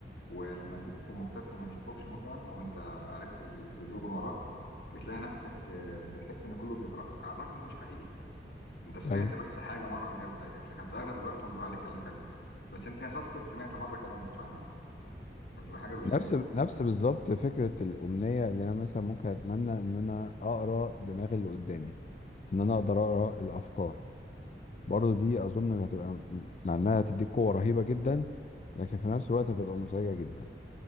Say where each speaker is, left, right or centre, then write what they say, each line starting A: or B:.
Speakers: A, on the left; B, on the left.
A: ولما تيجي تكون مختفي وما يشوفوكش مثلا او انت عرفت اللي بي- بيدور من وراك بتلاقي نفسك آه، بتحس ان كله بيكرهك على الرغم ان ده مش حقيقي انت سمعت
B: أيوه
A: بس حاجه مره ان هي بتضايقك لكن في اغلب الوقت هم بيقولوا عليك كلام حلو بس انت يا صدفه سمعت مره كلام وحش عنك فبتبقى حاجه مش
B: نفس
A: ظريفه فعلا
B: نفس بالظبط فكرة الأمنية اللي أنا مثلا ممكن أتمنى إن أنا أقرأ دماغ اللي قدامي إن أنا أقدر أقرأ الأفكار برضه دي أظن هتبقى مع إنها هتديك قوة رهيبة جدا لكن في نفس الوقت هتبقى مزعجة جدا